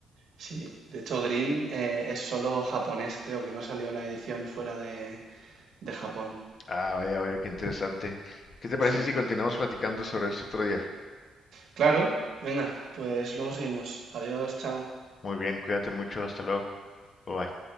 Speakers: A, on the right (about 65°); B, on the left (about 45°).
A: sí. De hecho, Green eh, es solo japonés, creo que no salió la edición fuera de, de Japón.
B: Ah, vaya, vaya, qué interesante. ¿Qué te parece
A: Sí,
B: si continuamos platicando sobre esto otro día?
A: claro, venga, pues luego seguimos. Adiós, chao.
B: Muy bien, cuídate mucho, hasta luego. Bye bye.